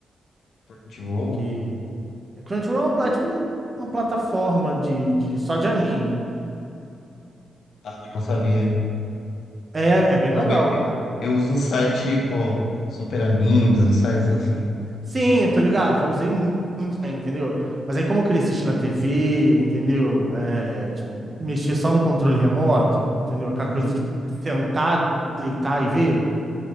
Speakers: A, on the left; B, on the right.
A: Crunchyroll?
B: Porque Crunchyroll é um pla- tipo um- uma plataforma de, de- só de anime.
A: Ah, eu não sabia.
B: É, é bem
A: Geralmente
B: legal, cara.
A: eu uso em site, pô, Super Animes, uns sites assim.
B: Sim, eu tô ligado, já usei mu- muito, tempo, entendeu? Mas aí como eu queria assistir na TV, entendeu? É, tipo, mexer só no controle remoto, entendeu? Aquela
A: Uhum.
B: coisa, tipo, sentar, deitar e ver.